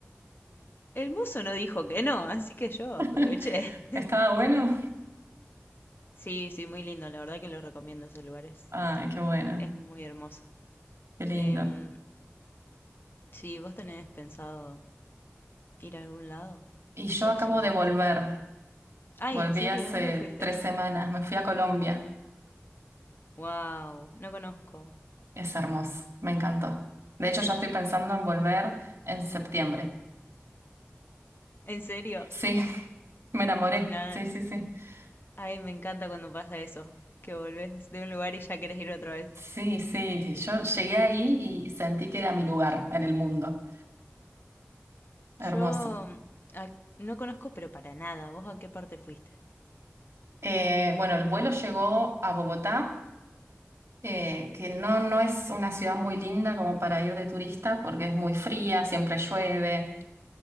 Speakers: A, on the left; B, on the right.
A: El mozo no dijo que no, así que yo aproveché.
B: <laughs>
A: <laughs>
B: ¿Estaba bueno?
A: Sí, sí, muy lindo, la verdad que lo recomiendo esos lugares.
B: Ay, qué bueno,
A: Es muy hermoso.
B: qué lindo.
A: Em, sí, ¿vos tenés pensado ir a algún lado
B: Y yo
A: próximamente?
B: acabo de volver,
A: Ay,
B: volví
A: ¿en serio?
B: hace
A: ¿De dónde fuiste?
B: tres semanas, me fui a Colombia.
A: Wow, no conozco.
B: Es hermoso, me encantó. De hecho, ya estoy pensando en volver en septiembre.
A: ¿En serio?
B: Sí, <laughs> me enamoré,
A: Nada.
B: sí, sí, sí. <laughs>
A: Ay, me encanta cuando pasa eso, que volvés de un lugar y ya querés ir otra vez.
B: Sí, sí, sí. Yo llegué ahí y sentí que era mi lugar en el mundo. Hermoso.
A: Yo mm, a- no conozco, pero para nada. ¿Vos a qué parte fuiste?
B: Eh, bueno, el vuelo llegó a Bogotá. eh, que no, no es una ciudad muy linda como para ir de turista porque es muy fría, siempre llueve,